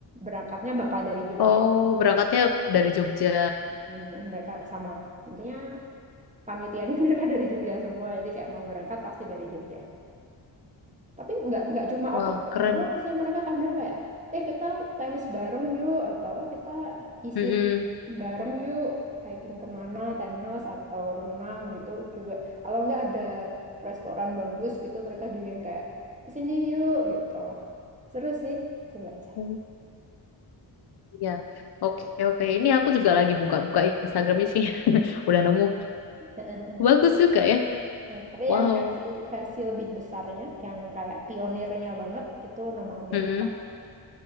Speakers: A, on the right; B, on the left.
A: berangkatnya bakal dari Jogja.
B: Oh,
A: gitu.
B: berangkatnya dari Jogja.
A: Hmm, mereka sama. Intinya panitianya <laughs> mereka dari Jogja semua. Jadi kayak mau berangkat pasti dari Jogja. Tapi nggak nggak cuma
B: Wah,
A: open trip
B: keren.
A: doang sih, mereka kadang kayak, eh kita tenis bareng yuk, atau "Eh, kita isi
B: Mm-mm.
A: bareng yuk, hiking kemana, tenis atau renang gitu juga. Kalau nggak ada restoran bagus gitu, mereka juga yang kayak, kesini yuk gitu. Seru sih, coba aja.
B: Oh, Iya. Oke, oke. Ini aku juga lagi buka-buka Instagram sih. <laughs> Udah nemu.
A: <laughs>
B: Bagus juga ya.
A: Hmm, Tapi
B: Wow.
A: yang versi versi lebih besarnya, yang kayak pionirnya banget, itu nomaden
B: Mm-mm.
A: Club.